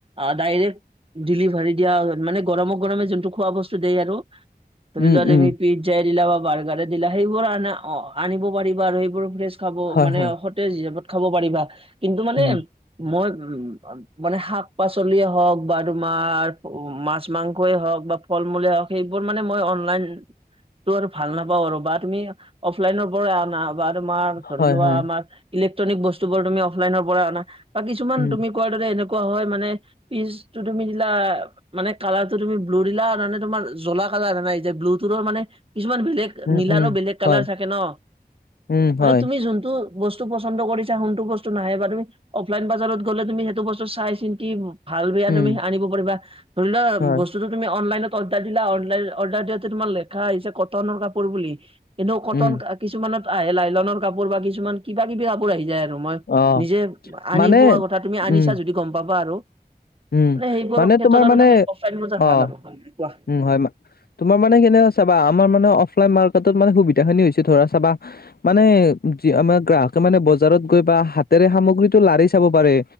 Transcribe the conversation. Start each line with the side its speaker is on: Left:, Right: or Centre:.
Right: অ' ডাইৰেক্ট ডেলিভাৰী দিয়া মানে গৰমে গৰমে যোনটো খোৱা বস্তু দিয় আৰু ধৰি
Left: উম
Right: লোৱা তমি
Left: উম
Right: পিজ্জাই দিলা বা বাৰ্গাৰ দিলা সেইবোৰ আনা অ, আনিব পাৰিবা আৰু সেইবোৰ ফ্ৰে খাব
Left: হয়
Right: মানে
Left: হয়
Right: সতেজ হিত খাব পাৰিবা কিন্তু মানে
Left: উম
Right: মই উ মানে শাপ শাক পাচলিয়ে হওঁক বা তোমাৰ মাছ মাংসই হওঁক বা ফল মূলেই হওঁক সেইবোৰ মানে মই অনলাইন টো আৰু ভাল নাপাওঁ আৰু বা তুমি অফলাইনৰ পৰা আনা বা তোমাৰ ধৰি
Left: হয়
Right: লোৱা
Left: হয়
Right: আমাৰ ইলেক্ট্ৰনিক বস্তু বোৰ তুমি অফলাইনৰ পৰা অনা বা কিছুমান
Left: উম
Right: তুমি কোৱাৰ দৰে এনেকুৱা হয়, মানে পিচ টো তুমি দিলা। মানে কালাৰটো তুমি ব্লু দিলা মানে তোমাৰ জ্বলা কালাৰ হয় না ব্লুটোৰে মানে কিছুমান বেলেগ
Left: উম
Right: নীলাৰো
Left: উম
Right: বেলেগ কালাৰ
Left: হয়
Right: থাকে ন'
Left: উম
Right: মানে
Left: হয়
Right: তুমি যোনটো বস্তু পচন্দ কৰিছা সোনটো বস্তু নাহে বা তুমি অফলাইন বাজাৰত গ'লে তুমি সেইটো বস্তু চাই চিন্ত ভাল বেয়া
Left: উম
Right: তুমি আনিব পাৰিবা, ধৰি লোৱা
Left: হয়
Right: বস্তুটো তুমি অনলাইনত অৰ্ডাৰ দিলা, অনলাইনত অৰ্ডাৰ দিয়াতে তোমাৰ লেখা আহিছে কটনৰ কাপোৰ বুলি। কিন্তু কটন
Left: উম
Right: কিছুমানত আহে লাইলনৰ কাপোৰ বা কিছুমান কিবা কিবি কাপোৰ আহি যায় আৰু মই
Left: অ
Right: নিজে আনি
Left: মানে
Right: পোৱা কথা তুমি আনিছা
Left: উম
Right: যদি গ'ম পাবা আৰু।
Left: উম
Right: মানে সেইবোৰৰ ক্ষেত্ৰত
Left: তোমাৰ
Right: আৰু
Left: মানে
Right: তুমি অফলাইন বজাৰ
Left: অ
Right: ভাল আৰু, কোৱা?
Left: উম, হয় তোমাৰ মানে কেনে চাবা আমাৰ মানে অফলাইন মাৰ্কেটত মানে সুবিধা খিনি হৈছে ধৰা চাবা। মানে যি আমাৰ গ্ৰাহকে মানে বজাৰত গৈ বা হাতেৰে সামগ্ৰীটো লাৰি চাব পাৰে।